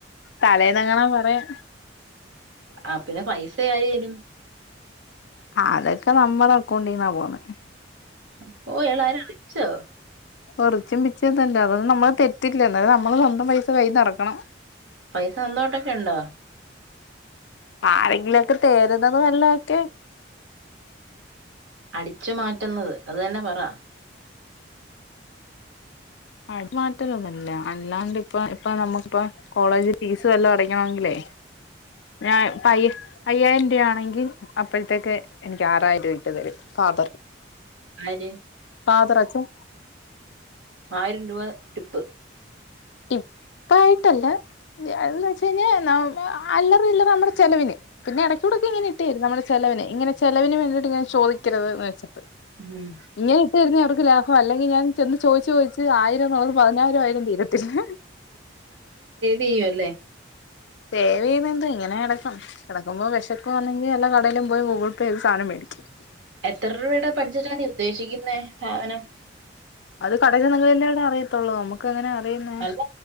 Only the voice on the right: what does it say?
ആ പിന്നെ പൈസ ആയേനും
അപ്പോ ഏളായിരം അടച്ചോ
പൈസ നന്തോട്ടൊക്കെ ഉണ്ടോ
അടിച്ചു മാറ്റുന്നത് അത് തന്നെ പറ.
ആര്
ആയിരം രൂവ ടിപ്പ്
ഉം
ചെയ്യു അല്ലേ
എത്ര രൂവയുടെ ബഡ്ജറ്റാ നീ ഉദ്ദേശിക്കുന്നെ സാധനം
അല്ല